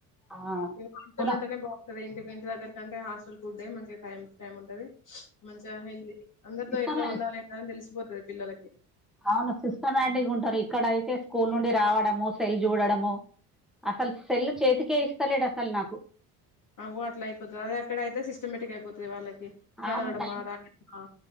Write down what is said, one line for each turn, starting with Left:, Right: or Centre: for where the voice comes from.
Centre: ఆ
Left: హాస్టల్
Centre: కూడా
Left: లోనే ఉంటేనే బాగుంటది ఇంటి ఇంటి దగ్గర కంటే హాస్టల్ ఫుడ్ మంచిగా టైమ్ టు టైమ్ ఉంటది మంచిగా హెల్దీ అందరితో
Centre: ఇస్తామే
Left: ఎట్లా ఉండాలి అన్నది తెలిసిపోతుది పిల్లలకి
Centre: అవును సిస్టమ్యాటిక్ ఉంటరి ఇక్కడైతే స్కూల్ నుండి రావడము సెల్ చూడడము అసలు సెల్ చేతికే యిస్తలేడు అసలు నాకు
Left: అగో అట్లా అయిపోతుంది అది ఎక్కడ అయితే సిస్టమేటిక్ అయిపోతుది వాళ్ళకి చదవడమా
Centre: అవును టైం
Left: రాయడమా